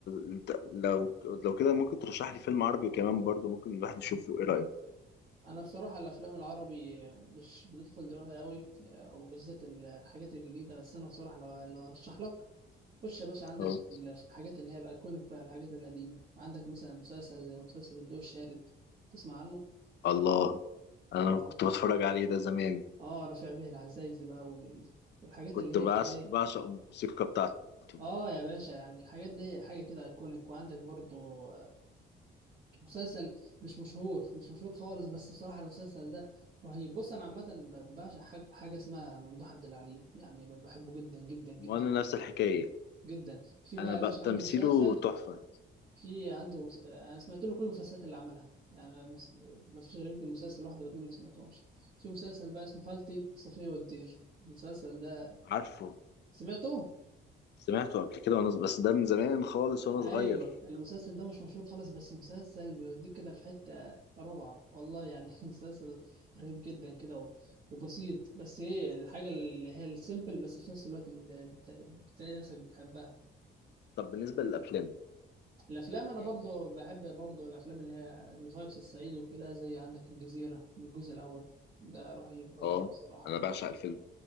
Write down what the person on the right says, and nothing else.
انا بصراحه الافلام العربي مش بتدخل دماغي قوي وبالذات الحاجات الجديده بس انا بصراحه لو لو هرشح لك خش يا باشا عندك
الحاجات اللي هي الايكونيك بقى الحاجات القديمه عندك مثلا مسلسل زي مسلسل الضوء الشارد تسمع عنه
اه
اه رفيع به العزايزي بقى وال... والحاجات
اللي هي
كده ايه
اه يا باشا يعني الحاجات دي حاجه كده ايكونيك وعندك برضو آه، مسلسل مش مشهور مش مشهور خالص بس بصراحة المسلسل ده رهيب بص أنا عامة ب- بعشق حاجة, حاجة اسمها ممدوح عبد العليم يعني ب- بحبه جدا جدا جدا
جدا
جدا في بقى
يا
باشا
عنده مسلسل
في عنده مس... آه، أنا سمعت له كل المسلسلات اللي عملها يعني ما مس- ما فيش غير يمكن مسلسل واحد أو اتنين ما سمعتهمش في مسلسل بقى اسمه خالتي صفية والدير المسلسل ده
سمعته؟
ايوه
المسلسل ده مش مشهور خالص بس مسلسل بيوديك كده في حته رابعه والله يعني <laughs> مسلسل رهيب جدا كده و- وبسيط بس ايه الحاجه اللي هي السيمبل بس في نفس الوقت اللي بت- بتلاقي نفسك بتحبها
الافلام انا برضو
بحب برضو الافلام اللي هي الفايبس السعيده وكده زي عندك الجزيره الجزء الاول ده رهيب رهيب
بصراحه